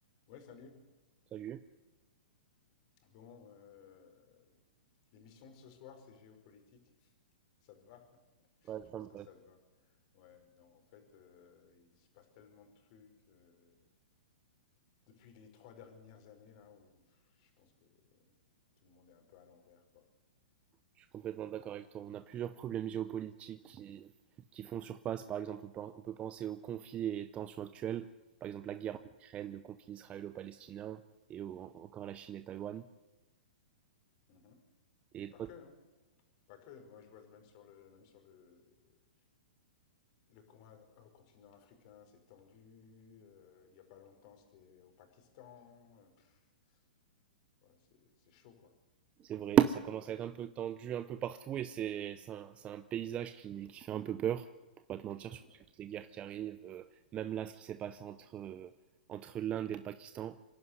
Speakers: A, on the left; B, on the right.
A: Ouais, salut.
B: Salut.
A: Bon, euh, l'émission de ce soir, c'est géopolitique. Ça te va? <laughs>
B: Ouais,
A: Je pense
B: ça me
A: que
B: va.
A: ça te va. Ouais, non, en fait, euh, il se passe tellement de trucs euh, depuis les trois dernières années, là, où je pense que tout le monde est un peu à l'envers, quoi.
B: Je suis complètement d'accord avec toi. On a plusieurs problèmes géopolitiques qui, qui font surface. Par exemple, on pen- on peut penser aux conflits et tensions actuelles. Par exemple, la guerre
A: Mhm,
B: en Ukraine, le conflit israélo-palestinien et au- encore la Chine et Taïwan.
A: mhm.
B: Et
A: Mais pas
B: toi,
A: que, hein. Pas que. Moi, je vois même sur le, même sur le, le con- euh, continent africain, c'est tendu. euh, il y a pas longtemps, c'était au Pakistan. euh, pff, ouais, c'est c'est chaud, quoi.
B: c'est vrai, ça commence à être un peu tendu un peu partout et c'est c'est un, c'est un paysage qui, qui fait un peu peur, pour pas te mentir,
A: Mmh
B: surtout
A: mh.
B: avec toutes les guerres qui arrivent. euh, même là, ce qui s'est passé entre, euh, entre l'Inde et le Pakistan,